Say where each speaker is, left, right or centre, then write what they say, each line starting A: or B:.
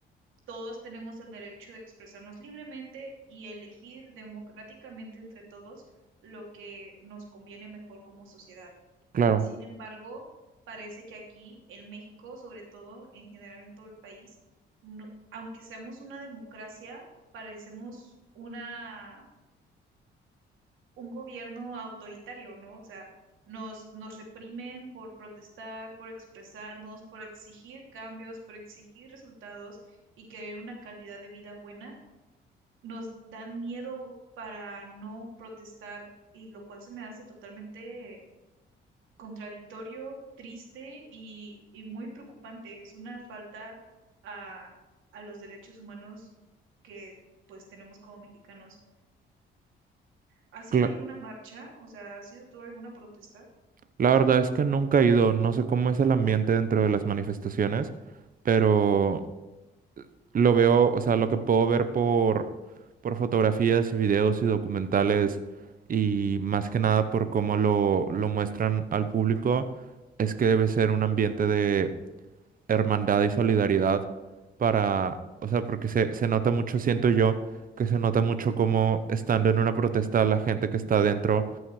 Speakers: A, on the right; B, on the right.
A: todos tenemos el derecho de expresarnos libremente y elegir democráticamente entre todos lo que nos conviene mejor como sociedad.
B: claro.
A: Sin embargo, parece que aquí en México, sobre todo, en general en todo el país, no- aunque seamos una democracia, parecemos una, un gobierno autoritario, ¿no? O sea, nos, nos reprimen por protestar, por expresarnos, por exigir cambios, por exigir resultados y querer una calidad de vida buena. Nos dan miedo para no protestar y lo cual se me hace totalmente contradictorio, triste y, y muy preocupante. Es una falta a, a los derechos humanos que pues tenemos como mexicanos. ¿Ha sido
B: cla-
A: alguna marcha? O sea, ¿ha sido toda alguna protesta?
B: la verdad es que nunca he ido, no sé cómo es el ambiente dentro de las manifestaciones, pero lo veo, o sea, lo que puedo ver por, por fotografías y videos y documentales y más que nada por cómo lo, lo muestran al público, es que debe ser un ambiente de hermandad y solidaridad para, o sea, porque se, se nota mucho, siento yo, que se nota mucho cómo estando en una protesta la gente que está adentro